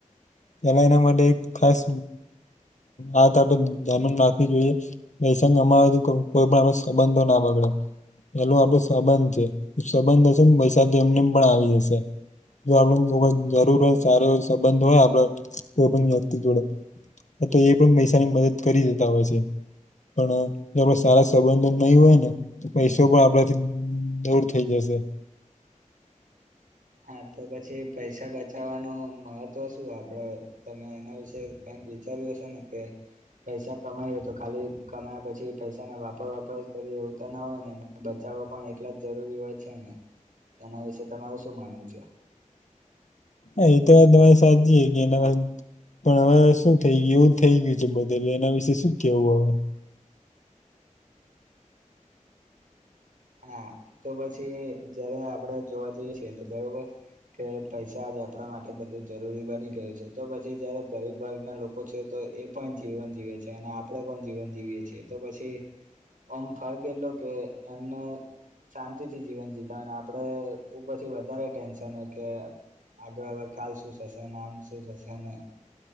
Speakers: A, on the left; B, on the right.
A: પેલા એના માટે એક ખાસ આ તો આપડે ધનન નાખવી જોઈએ. નસંગ અમારાથી કોઈ પણ આપ સંબંધો ના બગડે. પેલું આપડે સબંધ છે તો સબંધ હશે ને પૈસા તો એમને એમ પણ આવી જશે. જો આપડઈ જરૂર હોય સાર હોય સંબંધ હોય આપડે કોઈ પણ વ્યક્તિ જોડે તો એ પણ પૈસાની મદદ કરી દેતા હોય છે. પણ જો આપડા સારા સંબંધો નહી હોય ને પૈસો પણ આપડાથી દૂર થઈ જશે.
B: હા, તો પછી પૈસા બચાવવાનું મહત્વ શું આપડે તમે એના વિશે કેમ વિચાર્યું હશે ને કે પૈસા કમાઈએ તો ખાલી કમાયા પછી પૈસા ન વાપર વાપર કરીએ એવું તો ના હોય ને બચાવો પણ એટલા જ જરૂરી હોય છે ને. એના વિશે તમાર શું માનવું છે?
A: હા, એ તો વાત તમારી સાચી કે એને બાદ પણ હવે શું થઈ ગયું એવું થઈ ગયું છે બધેલ એના વિશે શું કેવું હવે.
B: હા, તો પછી જયારે આપડે જોવા જઈએ છીએ તો બરોબર કે પૈસા આજ આપડા માટે બધું જરૂરી બની ગયું છે તો પછી જયારે ગરીબ વર્ગના લોકો છે તો એ પણ જીવન જીવે છે અને આપડે પણ જીવન જીવીએ છીએ તો પછી ઓમ ફર્ક એટલો કે એ ને શાંતિથી જીવન જીતા હો અને આપડે ઉપરથી વધારે ટેન્શન હો કે આગળ હવે કાલ શું થશે નામ શું થશે ને